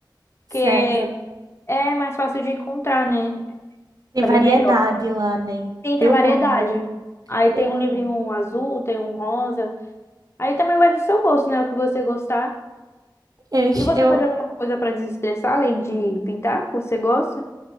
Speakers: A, on the right; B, on the left.
A: Sério?
B: Porque é mais fácil de encontrar, né?
A: Tem
B: Acabei
A: variedade
B: melhor.
A: lá, né?
B: Sim,
A: Eu
B: tem variedade.
A: amo.
B: Aí
A: Eu
B: tem um
A: amo.
B: livrinho azul, tem um rosa. Aí também vai do seu gosto, né? O que você gostar.
A: Eu, es-
B: E você
A: eu-
B: faz alguma coisa pra desestressar, além de pintar? Você gosta?